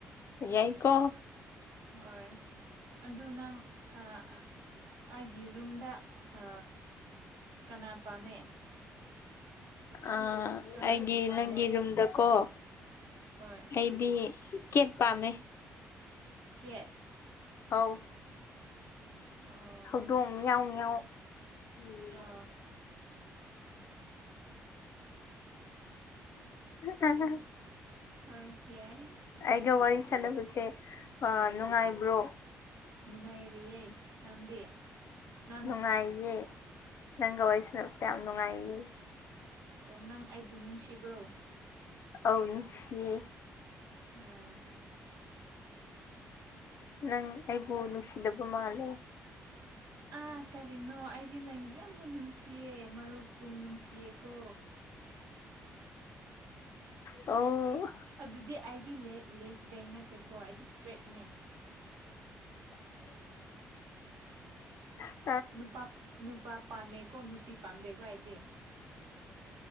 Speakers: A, on the left (about 50°); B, on the right (about 70°).
A: ꯌꯥꯏꯀꯣ
B: ꯍꯣꯏ ꯑꯗꯨ ꯅꯪ ꯑ ꯑ-ꯑꯩꯒꯤ ꯔꯨꯝꯗ ꯑ ꯀꯅꯥ ꯄꯥꯝꯃꯦ
A: ꯑꯥ
B: ꯀꯅꯥꯒꯤ
A: ꯑꯩꯗꯤ
B: ꯄꯥꯝꯃꯦ
A: ꯅꯪꯒꯤ ꯔꯨꯝꯗꯀꯣ
B: ꯍꯣꯏ
A: ꯑꯩꯗꯤ ꯀꯦꯠ ꯄꯥꯝꯃꯦ
B: ꯀꯦꯠ
A: ꯑꯧ
B: ꯑꯣ
A: ꯍꯧꯗꯣꯡ ꯉꯤꯌꯥꯎ ꯉꯤꯌꯥꯎ ꯎꯝ
B: ꯑꯣ
A: ꯑꯩ
B: ꯍꯣꯏ ꯌꯥꯏ
A: ꯑꯩꯒ ꯋꯥꯔꯤ ꯁꯥꯟꯅꯕꯁꯦ ꯅꯨꯡꯉꯥꯏꯕ꯭ꯔꯣ
B: ꯅꯨꯡꯉꯥꯏꯔꯤꯌꯦ ꯅꯪꯗꯤ ꯅꯪ
A: ꯅꯨꯡꯉꯥꯏꯌꯦ ꯅꯪꯒ ꯋꯥꯔꯤ ꯁꯥꯅꯕꯁꯦ ꯌꯥꯝ ꯅꯨꯡꯉꯥꯏꯌꯦ
B: ꯑꯣ ꯅꯪ ꯑꯩꯕꯨ ꯅꯨꯡꯁꯤꯕ꯭ꯔꯣ
A: ꯑꯧ ꯅꯨꯡꯁꯤꯌꯦ
B: ꯑ
A: ꯅꯪ ꯑꯩꯕꯨ ꯅꯨꯡꯁꯤꯗꯕ ꯃꯥꯜꯂꯦ
B: ꯑ ꯀꯔꯤꯅꯣ ꯑꯩꯗꯤ ꯅꯪ ꯌꯥꯝꯅ ꯅꯨꯡꯁꯤꯌꯦ ꯃꯔꯨꯞ ꯀꯨꯝ ꯅꯨꯡꯁꯤꯌꯦꯀꯣ
A: ꯑꯣ
B: ꯑꯗꯨꯗꯤ ꯑꯩꯗꯤ ꯂꯦꯁꯕꯦꯟ ꯅꯠꯇꯦꯀꯣ ꯑꯩꯗꯤ ꯏꯁꯇ꯭ꯔꯦꯠꯅꯦ
A: ꯑ
B: ꯅꯨꯄꯥ ꯅꯨꯄꯥ ꯄꯥꯝꯃꯦꯀꯣ ꯅꯨꯄꯤ ꯄꯥꯝꯗꯦꯀꯣ ꯑꯩꯗꯤ